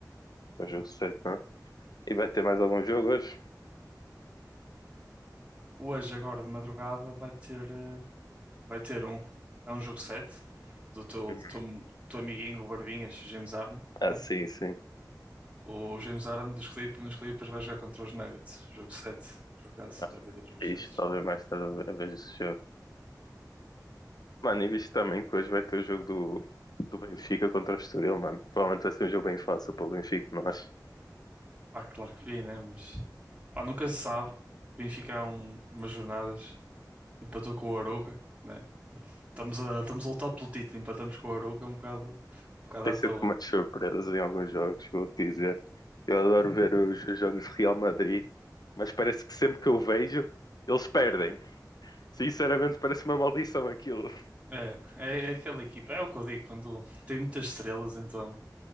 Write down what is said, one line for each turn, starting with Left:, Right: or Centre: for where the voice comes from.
Left: o jogo 7, não? E vai ter mais algum jogo hoje?
Right: Hoje, agora de madrugada, vai ter, eh, vai ter um. É um jogo 7 do teu,
Left: Uhum.
Right: do teu, do teu amiguinho, o Barbinhas, o James Harden,
Left: Ah,
Right: né?
Left: sim, sim.
Right: O James Harden dos Clippers, nos Clippers vai jogar contra os Nuggets. Jogo 7, por acaso,
Left: Ah,
Right: vai haver dois jogos
Left: fixe,
Right: 7.
Left: talvez mais tarde eu veja esse jogo. Mano, e visto também que hoje vai ter o jogo do, do Benfica contra o Estoril, mano. Provavelmente vai ser um jogo bem fácil para o Benfica, não acho?
Right: Pá, claro que vi, né? Mas pá, nunca se sabe. O Benfica há um, umas jornadas empatou com o Arouca, né? Estamos a, estamos a lutar pelo título, empatamos com o Arouca é um bocado, um bocado
Left: tem
Right: à
Left: sempre
Right: toa.
Left: umas surpresas em alguns jogos, vou dizer. Eu adoro ver os os jogos de Real Madrid, mas parece que sempre que eu vejo, eles perdem. Sinceramente, parece uma maldição aquilo.
Right: É, é, é aquela equipa, é o que eu digo, quando tem muitas estrelas, então.